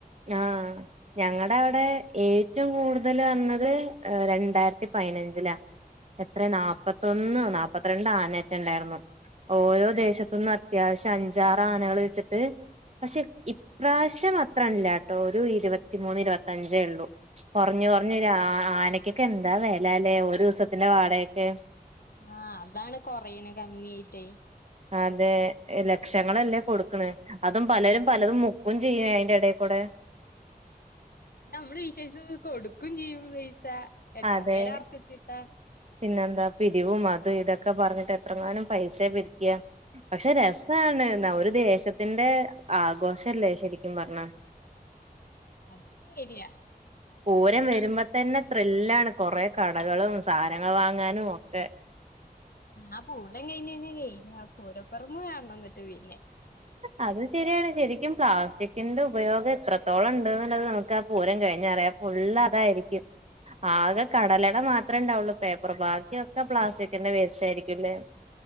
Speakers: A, on the right; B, on the left.
A: ആഹ്.. ഞങ്ങടെ അവിടെ ഏറ്റവും കൂടുതൽ വന്നത് രണ്ടായിരത്തി പതിനഞ്ചിലാ. എത്രെ നാല്പ്പത്തൊന്ന നാല്പത്ത്രണ്ട് ആനെക്കെണ്ടായിർന്നു ഓരോ ദേശത്ത്ന്ന് അത്യാവശ്യം അഞ്ചാറ് ആനകൾ വെച്ചിട്ട് പക്ഷെ ഇപ് ഇപ്രാശ്യം അത് അല്ലാട്ടോ ഒരു ഇരുപത്തിമൂന്ന് ഇരുപത്തഞ്ചേള്ളൂ ക്കെറ്ഞ്ഞ് ക്കെറ്ഞ്ഞ് ഒര് ആ ആന ക്കെ ക്കെന്താ വെല ല്ലേ ഒരൂസത്തിന്റെ വാടകൊക്കെ
B: ആഹ് അതാണ് കൊറയ്ണ കമ്മ്യായിട്ടേ
A: അതെ ലക്ഷങ്ങളല്ലേ കൊട്ക്ക്ണേ.. അതും പലരും പലതും മുക്കും ചെയ്യും അയിൻ്റെടെക്കൂടെ..
B: നമ്മള് വിശേഷ <unintelligible> കൊടുക്കും ചെയ്യും പൈസ എത്ര
A: അതെ
B: പേര് അർപ്പിച്ചിട്ടാ
A: പിന്നെന്താ പിരിവും അതും ഇതൊക്കെ പറഞ്ഞിട്ട് എത്രങ്ങാനും പൈസെ പിര്ക്ക്യാ പക്ഷെ രസാണ് ന്ന ഒരു ദേശത്തിന്റെ ആഘോഷല്ലേ ശരിക്കും പറഞ്ഞാ
B: അത് ശരിയ
A: പൂരം വരുമ്പോ തന്നെ ത്രില്ലാണ് കുറേ കടകളും സാനങ്ങൾ വാങ്ങാനും ഒക്കെ
B: ആ പൂരം കഴിഞ്ഞയിഞ്ഞ കയ്ഞ്ഞി ആ പൂരപ്പറമ്പ് കാണ്ന്നട്ട് പിന്നെ
A: അത് ശരിയാണ് ശരിക്കും പ്ലാസ്റ്റിക്കിന്റെ ഉപയോഗം എത്രത്തോളണ്ട്ന്ന്ള്ളത് നമുക്ക് ആ പൂരം കഴിഞ്ഞറിയാം ഫുൾ അതായിരിക്കും ആകെ കടലട മാത്രെ ണ്ടാവുള്ളൂ. പേപ്പർ ബാക്കി ഒക്കെ പ്ലാസ്റ്റിക്ൻ്റെ വേസ്റ്റ് ആയിരിക്കുംല്ലേ